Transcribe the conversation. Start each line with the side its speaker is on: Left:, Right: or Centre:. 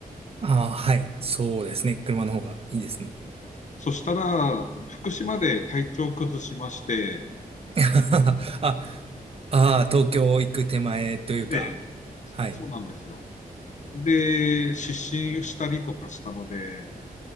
Right: ああ、はい。そうですね。車の方がいいですね。
Left: そしたら、福島で体調崩しまして、
Right: <laughs> あ、ああ、東京行く手前というか、
Left: で、
Right: はい。
Left: そうなんですよ。で、失神したりとかしたので、